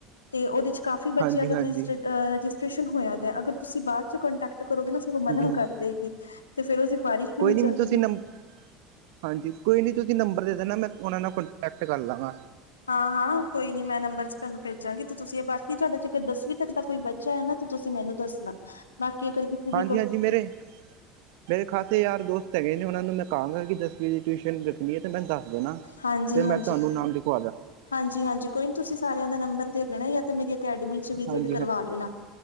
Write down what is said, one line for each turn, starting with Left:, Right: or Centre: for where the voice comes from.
Left: ਏ, ਉਹਦੇ ਚ ਕਾਫੀ ਬੱਚਿਆਂ
Right: ਹਾਂਜੀ
Left: ਦਾ
Right: ਹਾਂਜੀ
Left: ਰਜਿਸਟਰਡ ਅ ਰਜਿਸਟ ਰੇਸ਼ਨ ਹੋਇਆ ਤੇ, ਅਗਰ ਤੁਸੀਂ ਬਾਅਦ ਚ ਕੋਂਟੈਕਟ ਕਰੋਗੇ ਨਾ ਫਿਰ ਉਹ ਮਨਾ
Right: ਹਾਂਜੀ
Left: ਕਰ ਦੇਗੀ, ਤੇ ਫਿਰ ਉਹ ਸਿਫਾਰਿਸ਼
Right: ਕੋਈ
Left: ਵੀ ਨਹੀਂ
Right: ਨੀ
Left: ਚੱਲਦੀ
Right: ਤੁਸੀਂ ਨੰਬ ਹਾਂਜੀ, ਕੋਈ ਨੀ ਤੁਸੀਂ ਨੰਬਰ ਦੇ ਦੇਣਾ ਮੈਂ ਉਹਨਾਂ ਨਾਲ ਕੋਂਟੈਕਟ ਕਰ ਲਾਂਗਾ।
Left: ਹਾਂ ਹਾਂ ਕੋਈ ਨੀ, ਮੈਂ ਨੰਬਰ ਚ ਤੁਹਾਨੂੰ ਭੇਜਾਂਗੀ, ਤੇ ਤੁਸੀਂ ਬਾਕੀ ਤੁਹਾਡਾ ਜੇਕਰ ਦਸਵੀਂ ਤੱਕ ਦਾ ਕੋਈ ਬੱਚਾ ਹੈ ਨਾ ਤੇ ਤੁਸੀਂ ਮੈਨੂੰ ਦੱਸਣਾ, ਬਾਕੀ ਅਗਰ
Right: ਹਾਂਜੀ
Left: ਦੀ ਕੋ
Right: ਹਾਂਜੀ ਮੇਰੇ ਮੇਰੇ ਖਾਸੇ ਯਾਰ ਦੋਸਤ ਹੈਗੇ ਨੇ, ਉਹਨਾਂ ਨੂੰ ਮੈਂ ਕਹਾਂਗਾ ਕਿ ਦਸਵੀਂ ਦੀ ਟਿਊਸ਼ਨ ਰੱਖਣੀ ਹੈ ਤੇ ਮੈਂਨੂੰ ਦੱਸ ਦੇਣਾ।
Left: ਹਾਂਜੀ
Right: ਤੇ
Left: ਹਾਂਜੀ।
Right: ਮੈਂ ਤੁਹਾਨੂੰ ਨਾਮ ਲਿਖਵਾ ਜਾ।
Left: ਹਾਂਜੀ ਹਾਂਜੀ ਕੋਈ ਨੀ ਤੁਸੀਂ ਸਾਰਿਆਂ ਦਾ ਨੰਬਰ ਦੇ ਦੇਣਾ, ਯਾ ਤੇ ਮੇਰੀ ਅਕੈਡਮੀ ਚ ਵਿਜਿਟ
Right: ਹਾਂਜੀ
Left: ਕਰਵਾ
Right: ਹਾਂ
Left: ਦੇਣਾ।